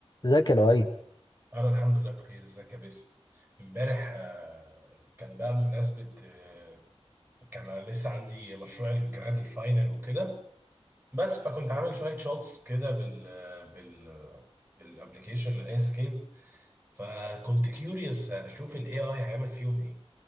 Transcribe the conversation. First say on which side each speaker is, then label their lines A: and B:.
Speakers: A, on the left; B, on the right.
A: ذكي ال AI
B: انا الحمد لله بخير ازيك يا باسم امبارح آه، كان بقى بمناسبه آه، كان انا لسه عندي مشروع الجراد الفاينل وكده بس فكنت عامل شويه شوتس كده بال آه، بال بالابلكيشن الانسكيب فكنت كيوريوس اشوف الاي اي هيعمل فيهم ايه